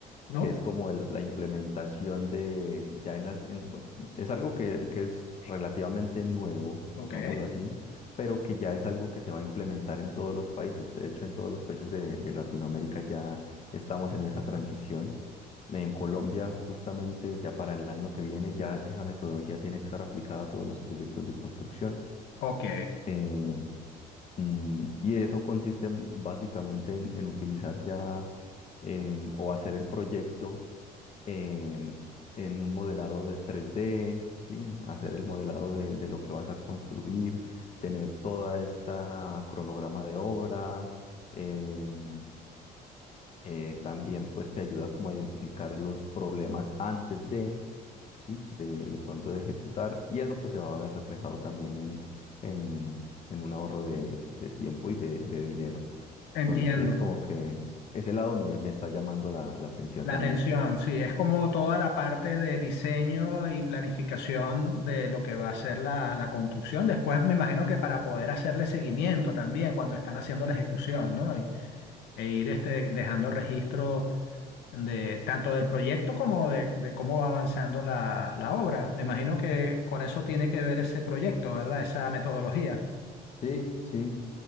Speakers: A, on the left; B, on the left.
A: No,
B: que es como el- la implementación de, ya en las, en- bu- es algo que, que es relativamente nuevo,
A: ok,
B: digámoslo así, pero que ya es algo que se va a implementar en todos los países. De hecho, en todos los países de, de Latinoamérica ya estamos en esa transición. En Colombia, justamente ya para el año que viene, ya esa metodología tiene que estar aplicada a todos los proyectos de construcción.
A: ok,
B: Eh, mm, y eso consiste mm, básicamente en, en utilizar ya em, o hacer el proyecto em, en un modelado de tres d ¿sí? Hacer el modelado de, de lo que vas a construir, tener toda esta cronograma de obra. em, eh, también pues te ayuda como a identificar los problemas antes de, ¿sí? De, de pronto de ejecutar. Y eso pues se va a ver reflejado también en, en, en un ahorro de, de tiempo y de, de dinero.
A: entiendo.
B: Entonces como que ese lado me, me está llamando la, la atención
A: La
B: también.
A: atención, sí, es como toda la parte de diseño y planificación de lo que va a ser la, la construcción. Después me imagino que para poder hacerle seguimiento también cuando están haciendo la ejecución, ¿no? Y- E, ir este, dejando registro de tanto del proyecto como de, de cómo va avanzando la, la obra. Me imagino que con eso tiene que ver ese proyecto, ¿verdad? Esa metodología.
B: Sí, sí.